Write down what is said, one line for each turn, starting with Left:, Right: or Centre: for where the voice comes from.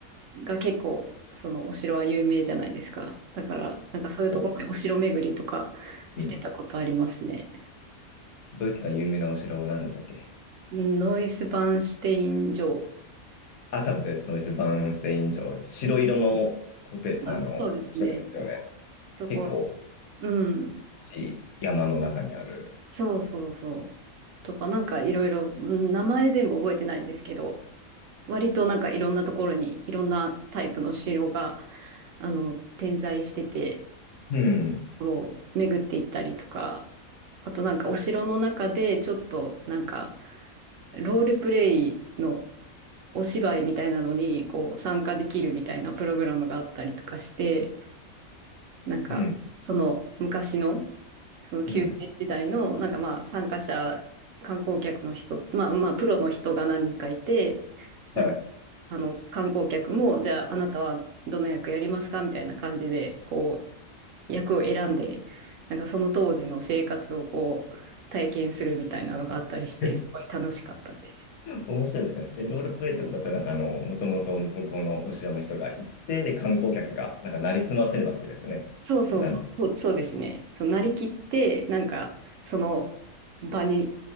Right: が結構、そのお城は有名じゃないですか。だから、なんかそういうところでお城巡りとかしてたことありますね。
Left: こううん。ドイツの有名なお城、なんでしたっけ
Right: うんノイスバンシュテイン城。
Left: あ、多分そうです。ノイスバーンシュテイン城白色のコテ、
Right: そうですそうですね。
Left: あの、城ですよね。
Right: ところ、
Left: 結構、
Right: うん。
Left: いい山の中にある。
Right: そうそうそう。とか、なんかいろいろ、うん名前全部覚えてないんですけど、割となんかいろんなところにいろんなタイプの城が、あの、点在してて、
Left: うん。
Right: ところを巡っていったりとか、あとなんかお城の中でちょっとなんかロールプレイのお芝居みたいなのにこう参加できるみたいなプログラムがあったりとかして、なんかその昔の
Left: うん。
Right: その宮廷時代の、
Left: うん。
Right: なんかまあ参加者、観光客の人、まあまあプロの人が何人かいて、
Left: はい。
Right: なんかあの観光客も、じゃああなたはどの役やりますかみたいな感じで、こう役を選んで、なんかその当時の生活をこう体験するみたいなのがあったりして、
Left: <laughs>
Right: すごい楽しかったです。
Left: 面白いですね。で、ロールプレイってことは、それなんかあの、もともと向こうのお城の人が行って、で、観光客が、なんか、なりすませるわけですよね。
Right: そうそうそう、
Left: なんで、
Right: そうそうですね。そう、なりきって、なんかその場に、